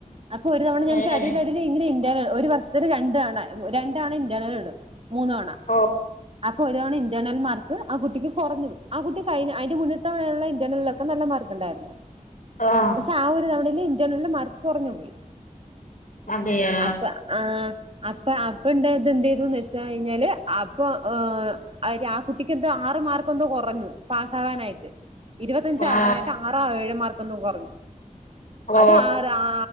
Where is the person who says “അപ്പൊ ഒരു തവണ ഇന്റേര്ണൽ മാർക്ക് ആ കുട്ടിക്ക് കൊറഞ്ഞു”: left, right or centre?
Right